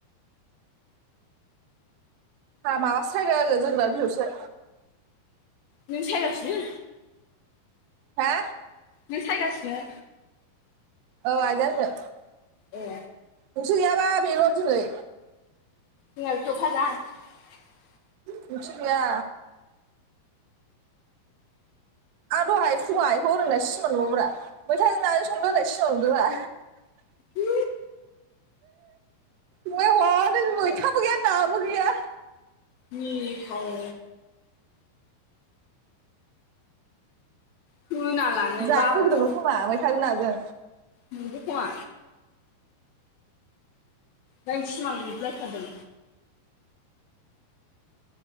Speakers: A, on the right; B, on the left.
A: हा माबासो सायदों आं जोगोनार बिजौसो।
B: नों सायगासिनो?
A: हा?
B: नों सायगासिनो?
A: औ आइजों आंजों।
B: ए
A: नोंसो गैयाबा बेल' दिनै।
B: <unintelligible>
A: नोंसो गैया आं दहाय फुङाव आयखौ ओरैहोन्नाय सिमां नुबायब्रा। मैथाजों नाजों संदो होननाय सिमां नुदों ब्रा।
B: बि
A: म हनै मैथाबो गैया नाबो गैया।
B: मिनिथाव खोनालानो
A: जानो
B: बाबायसो
A: लुगैदोंमोन खोमा मैथाजों नाजों।
B: नोंगौ खोमा जाय सिमां नुगुलायथारदों।